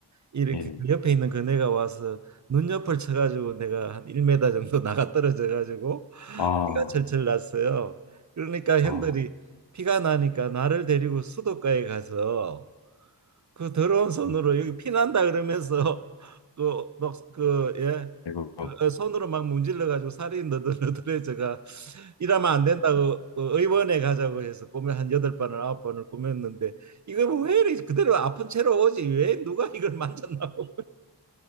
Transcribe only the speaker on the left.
예.
아,
아,
음,
아이고,